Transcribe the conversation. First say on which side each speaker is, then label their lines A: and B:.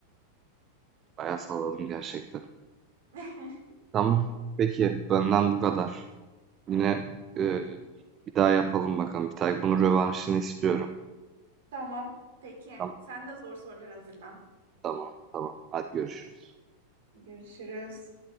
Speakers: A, on the right; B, on the right.
A: Bayağı salladım gerçekten.
B: <laughs>
A: Tamam. Peki benden bu kadar. Yine
B: Tamam.
A: e, bir daha yapalım bakalım. Bir tane bunun rövanşını istiyorum.
B: Tamam. Peki
A: Tamam,
B: sen de zor sorular hazırlan.
A: tamam, tamam. Hadi görüşürüz.
B: Görüşürüz.